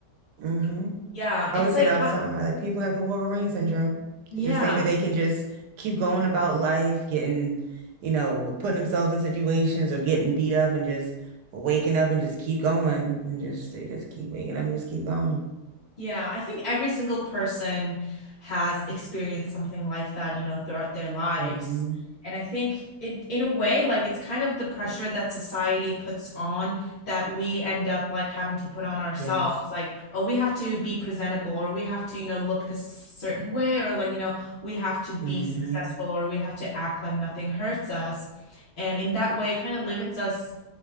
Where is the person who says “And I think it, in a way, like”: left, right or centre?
Left